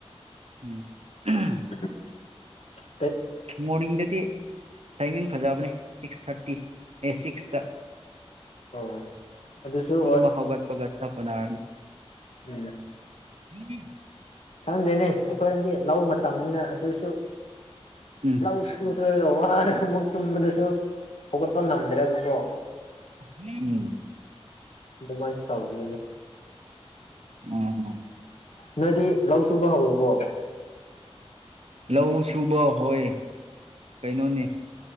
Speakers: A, on the right; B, on the left.
A: ꯎ
B: <inaudible>
A: ꯃꯣꯔꯅꯤꯡꯗꯗꯤ ꯇꯥꯏꯃꯤꯡ ꯐꯖꯕꯅꯦ ꯁꯤꯛꯁ ꯊꯥꯔꯇꯤ ꯑꯦ ꯁꯤꯛꯁꯇ
B: ꯎꯝ ꯑꯗꯨꯁꯨ
A: ꯇꯝꯕ
B: ꯍꯣꯏ
A: ꯍꯧꯒꯠ ꯄꯒꯠ ꯆꯞꯄ ꯅꯥꯔꯅꯤ
B: ꯎꯝ
A: ꯊ
B: ꯈꯪꯗꯣꯏꯅꯦ ꯑꯩꯈꯣꯏꯔꯝꯗꯤ ꯂꯧ ꯃꯇꯝꯅꯤꯅ ꯑꯗꯨꯁꯨ
A: ꯎꯝ
B: ꯂꯥꯎ ꯁ ꯔꯒ ꯋꯥꯔꯒ ꯑꯃꯨꯛ ꯇꯨꯝꯕꯗꯁꯨ ꯍꯧꯒꯠꯄ ꯉꯝꯗ꯭ꯔꯒꯀꯣ
A: ꯝ
B: ꯑꯗꯨꯃꯥꯏꯁꯨ ꯇꯥꯎꯕꯅꯤꯅꯦ
A: ꯎꯝ
B: ꯅꯣꯏꯗꯤ ꯂꯧ ꯁꯨꯕ ꯍꯧꯔꯕꯣ
A: ꯂꯧ ꯁꯨꯕ ꯍꯣꯏ ꯀꯩꯅꯣꯅꯦ